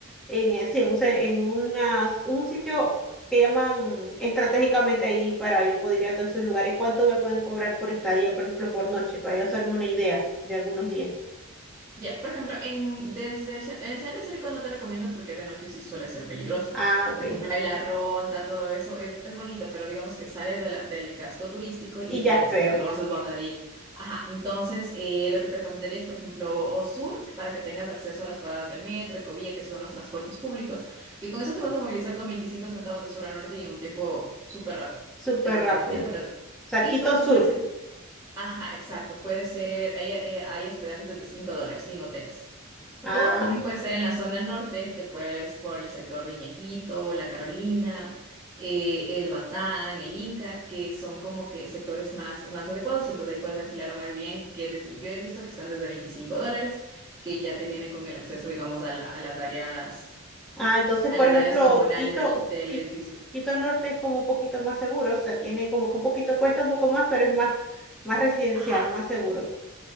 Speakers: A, in the centre; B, on the right (about 15°).
A: en, eh, sí, en, un se- en unas- un sitio que llaman estratégicamente ahí para yo poder ir a todos esos lugares, cuánto me pueden cobrar por estadía, por ejemplo, por noche, para yo hacerme una idea de algunos días.
B: Ya, por ejemplo, en, desde el, ce- en el centro histórico no te recomiendo porque de noche sí suele ser peligroso.
A: Ah, ok.
B: Por ejemplo, hay la ronda, todo eso es, es bonito, pero digamos que sales de la- del casco turístico y
A: Y
B: ya
A: ya es
B: es
A: feo,
B: peligroso, es botadito. Ajá, entonces eh, lo que te recomendaría es, por ejemplo, o sur, para que tengas acceso a las paradas del metro, Ecovía, que esos son los transportes públicos, que con eso te vas a movilizar con 25 centavos de sur a norte y en un tiempo súper rápido.
A: súper
B: Te vas
A: rápido.
B: a ahorrar tiempo y todo eso.
A: Saquito
B: Y, por ejemplo,
A: Sur.
B: en, ce- Ajá, exacto. Puede ser, hay, eh, hay hospedajes desde 5 dólares en hoteles.
A: Ah,
B: O también puede ser en la zona norte, te puedes por el sector de Iñaquito, La Carolina, eh, el Batán, el Inca, que son como que sectores más, más adecuados. Entonces ahí puedes alquilar un Airbnb que desde, yo he visto que están desde 25 dólares, que ya te viene con el acceso, digamos, a, la- a las áreas,
A: Ah, entonces,
B: a
A: por
B: las
A: ejemplo,
B: áreas comunales
A: Quito,
B: del, del
A: Qui-
B: edificio.
A: Quito, Norte es como un poquito más seguro, o sea, tiene como que un poquito, cuesta un poco más, pero es más, más residencial,
B: Ajá,
A: más seguro.